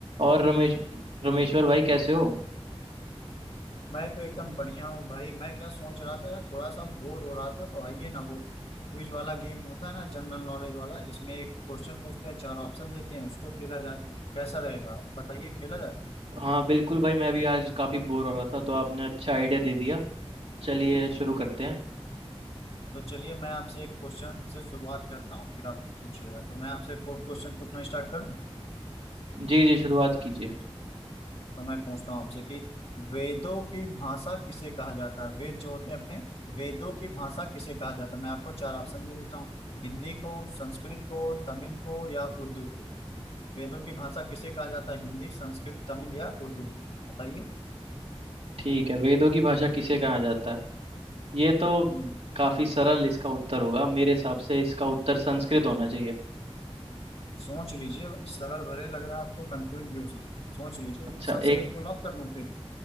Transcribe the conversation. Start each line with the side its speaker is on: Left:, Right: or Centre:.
Right: और रमेश रमेश्वर भाई कैसे हो
Left: मैं तो एकदम बढ़िया हूँ भाई मैं क्या सोच रहा था यार थोड़ा सा बोर हो रहा था तो आइए ना वो क्विज वाला गेम होता है ना जनरल नॉलेज वाला जिसमें एक क्वेश्चन पूछते हैं चार ऑप्शन देते हैं उसको खेला जाए कैसा रहेगा बताइए खेला जाए
Right: हाँ बिल्कुल भाई मैं भी आज काफी बोर हो रहा था तो आपने अच्छा आइडिया दे दिया चलिए शुरू करते हैं
Left: तो चलिए मैं आपसे एक क्वेश्चन से शुरुआत करता हूँ फिर आप पूछिएगा तो मैं आपसे फोर्थ क्वेश्चन पूछना स्टार्ट करूँ
Right: जी जी शुरुआत कीजिए
Left: तो मैं पूछता हूँ आपसे कि वेदों की भाषा किसे कहा जाता है वेद जो होते हैं अपने वेदों की भाषा किसे कहा जाता है मैं आपको चार ऑप्शन दे देता हूँ हिंदी को संस्कृत को तमिल को या उर्दू को वेदों की भाषा किसे कहा जाता है हिंदी संस्कृत तमिल या उर्दू को बताइए
Right: ठीक है वेदों की भाषा किसे कहा जाता है ये तो
Left: हम्म,
Right: काफी सरल इसका उत्तर होगा मेरे हिसाब से इसका उत्तर संस्कृत होना चाहिए
Left: सोच लीजिए सरल भले लग रहा है आपको कंफ्यूज भी हो सकता है सोच लीजिए
Right: अच्छा
Left: संस्कृत
Right: एक
Left: को लॉक कर दूं फिर